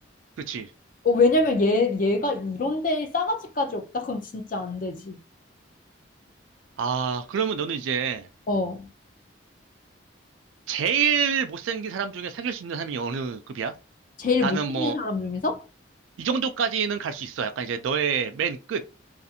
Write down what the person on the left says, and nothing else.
어, 왜냐면 얘, 얘가 이런데 싸가지까지 없다? 그럼 진짜 안 되지.
어.
제일
못생긴
사람 중에서?